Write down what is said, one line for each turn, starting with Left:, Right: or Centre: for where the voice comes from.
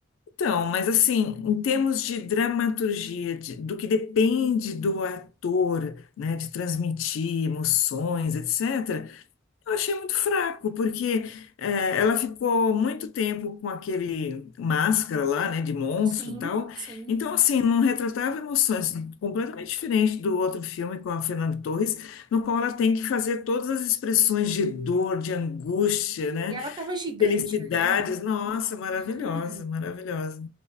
Left: Então,
Right: quando-
Left: mas assim, em termos de dramaturgia, de- do que depende do ator, né, de transmitir emoções, etc. Eu achei muito fraco, porque eh, ela ficou muito tempo com aquele máscara lá, né, de monstro
Right: Sim,
Left: e tal.
Right: sim.
Left: Então, assim, não retratava emoções, completamente diferente do outro filme com a Fernanda Torres, no qual ela tem que fazer todas as expressões de dor, de angústia, né,
Right: E ela tava gigante
Left: felicidades.
Right: ali, né?
Left: Nossa, maravilhosa,
Right: Ah,
Left: maravilhosa.